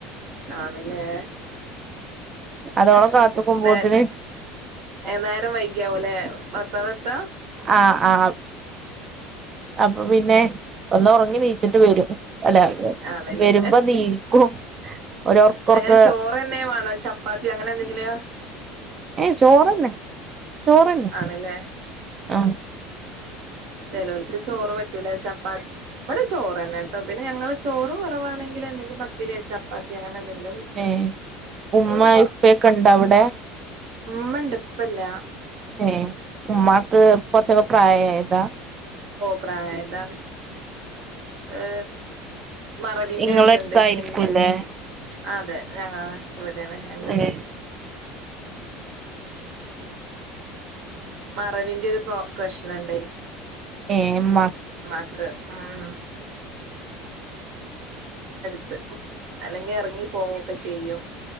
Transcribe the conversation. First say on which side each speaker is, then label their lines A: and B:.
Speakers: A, on the right; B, on the right.
A: ആണല്ലേ
B: അതോളെ
A: <unintelligible>
B: കാത്തുക്കുമ്പോത്തിന്
A: എനേരം വൈകിയാവും അല്ലെ വ എപ്പോഴാ എത്ത
B: ആഹ് ആഹ് അപ്പൊ പിന്നെ ഒന്ന് ഒറങ്ങി നീ എണീച്ചിട്ട് വരും അല്ല
A: ആണല്ലേ
B: വരുമ്പോ നീക്കും ഒരു ഒർക്കൊർക്ക
A: അങ്ങനെ ചോറ്ന്നെ വേണോ ചപ്പാത്തി ചപ്പാത്തി അങ്ങനെ എന്തെങ്കിലോ
B: ഏ ചോറ്ന്ന ചോറ് ന്ന
A: ആണല്ലേ
B: ആഹ
A: ചിലക്ക് ചോറ് പറ്റൂല ചപ്പാ ഇവിടെ ചോറ്ന്നാ കേട്ടോ പിന്നെ ഞങ്ങള് ചോറ് കെറവാണെങ്കിൽ എന്തെങ്കിലും പത്തിരിയ ചപ്പാത്തി അങ്ങനെ എന്തെങ്കിലും
B: ഏ ഉമ്മ
A: ചോറ്
B: ഇപ്പൊക്കെ ഇണ്ടോ അവിടെ
A: ഉമ്മ ഉണ്ട് ഇപ്പ ഇല്ല
B: <inaudible> ഉമ്മക്ക് കെറച്ച് പ്രായം ആയതാ
A: പ്രയാതാണ് ഏ മറവിന്റെ
B: ഇങ്ങളെ
A: ഇതുണ്ട്
B: അടുത്തായിരിക്കുംല്ലേ
A: ചെന്നി അതെ ഞങ്ങ ഇവിടൊണ് എന്റെ അടുത്ത്
B: ഏഹ്
A: മറവിന്റെ ഒരു പ്രൊ പ്രശ്നുണ്ടേ
B: ഏ മ
A: ഉമ്മാക്ക് ഉം ത്ത് അല്ലെങ്കി ഇറങ്ങി പോകൊക്കെ ചെയ്യും